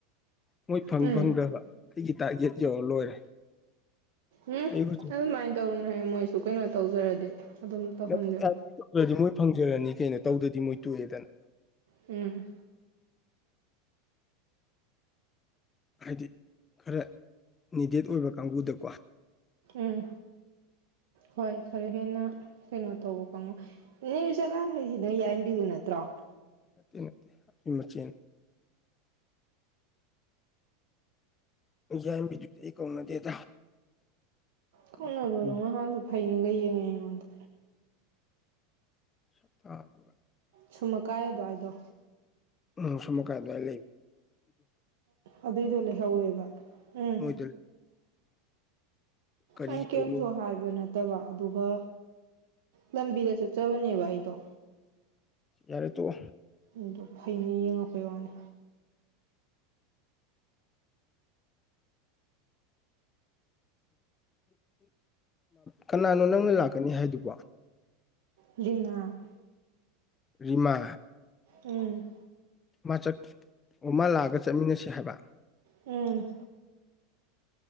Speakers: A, on the left; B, on the right.
A: ꯃꯣꯏ ꯐꯪ
B: ꯎꯝ
A: ꯐꯪꯗ꯭ꯔꯕ ꯑꯩꯒꯤ ꯇꯥꯔꯒꯦꯠ ꯌꯧꯔ ꯂꯣꯏꯔꯦ
B: ꯎꯝ
A: ꯑꯩ ꯍꯧꯖꯤꯛ
B: ꯑꯗꯨꯃꯥꯏꯅ ꯇꯧꯅ ꯃꯣꯏꯁꯨ ꯀꯩꯅꯣ ꯇꯧꯖꯔꯗꯤ ꯑꯗꯨꯝ ꯇꯧꯍꯟꯕꯤꯌꯨ
A: ꯅꯧꯗ꯭ꯔꯗꯤ ꯃꯣꯏ ꯐꯪꯖꯔꯅꯤ ꯀꯩꯅꯣ ꯇꯧꯗ꯭ꯔꯗꯤ ꯃꯣꯏ ꯇꯣꯛꯑꯦꯗꯅ
B: ꯎꯝ
A: ꯍꯥꯏꯗꯤ ꯈꯔ ꯅꯤꯗꯦꯠ ꯑꯣꯏꯕ ꯀꯥꯡꯕꯨꯗꯀꯣ
B: ꯎꯝ ꯍꯣꯏ ꯈꯔꯦ ꯍꯦꯟꯅ ꯀꯩꯅꯣ ꯇꯧꯕ ꯀꯥꯡꯪꯉꯣ ꯅ ꯆꯠꯂꯥꯡꯈꯩꯁꯤ ꯅꯣꯏ ꯌꯥꯔꯟꯕꯤꯗꯨ ꯅꯠꯇ꯭ꯔꯣ
A: ꯅꯠꯇꯦ ꯅꯠꯇꯦ ꯑꯩꯣꯏ ꯃꯆꯦꯅꯤ ꯌꯥꯏꯕꯤꯗꯨꯗꯤ ꯑꯩ ꯀꯧꯅꯗꯦꯗ
B: ꯀꯧꯅꯔꯨꯅꯨ
A: ꯃꯁꯛꯇꯨ
B: ꯉꯥꯍꯟꯁꯨ ꯐꯩꯅꯒ ꯌꯦꯡꯉꯦ ꯑꯩꯉꯣꯟꯗ
A: <unintelligible>
B: ꯁꯨꯝꯃꯀꯥꯏ ꯑꯗꯋꯥꯏꯗꯣ
A: ꯎꯝ ꯁꯃꯨꯀꯥꯏꯗꯋꯥꯏ ꯂꯩ
B: ꯑꯗꯨꯏꯗꯣ ꯂꯩꯍꯧꯋꯦꯕ ꯎꯝ
A: ꯃꯣꯏꯗ ꯀꯔꯤ
B: ꯑꯩꯅ ꯀꯦꯝꯁꯨ
A: ꯇꯧꯔꯤꯅꯣ
B: ꯍꯥꯏꯕ ꯅꯠꯇꯕ ꯑꯗꯨꯒ ꯂꯝꯕꯤꯗ ꯆꯠꯆꯕꯅꯦꯕ ꯑꯩꯗꯣ
A: ꯌꯥꯔꯦ ꯇꯣꯛꯑꯣ
B: ꯑꯗꯨ ꯐꯩꯅ ꯌꯦꯡꯉꯛꯄꯩ ꯋꯥꯅꯤ
A: ꯀꯅꯥꯅꯣ ꯅꯪꯅ ꯂꯥꯛꯀꯅꯤ ꯍꯥꯏꯗꯨꯕꯣ
B: ꯂꯤꯃꯥ
A: ꯔꯤꯃꯥ
B: ꯎꯝ
A: ꯃꯆꯛ ꯑꯃ ꯂꯥꯛꯑꯒ ꯆꯠꯃꯤꯟꯅꯁꯤ ꯍꯥꯏꯕ
B: ꯎꯝ